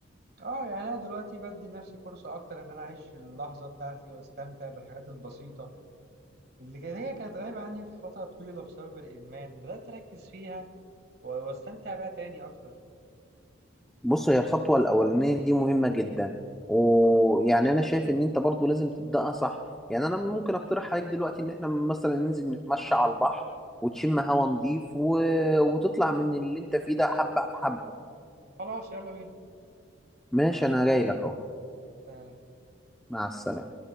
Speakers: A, on the right; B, in the centre.
A: اه يعني انا دلوقتي بدي لنفسي فرصه اكتر ان انا اعيش اللحظه بتاعتي واستمتع بالحاجات البسيطه اللي كان- هي كانت غايبه عني في فتره طويله بسبب الادمان بدات اركز فيها و- واستمتع بيها تاني اكتر
B: بص هي الخطوة الأولانية دي مهمة جدا ويعني أنا شايف إن أنت برضو لازم تبدأها صح يعني أنا ممكن أقترح عليك دلوقتي إن إحنا مثلا ننزل نتمشى على البحر وتشم هوا نضيف و... وتطلع من اللي أنت فيه ده حبة بحبة
A: خلاص يلا بينا
B: ماشي أنا جاي لك أهو
A: سلام.
B: مع السلامة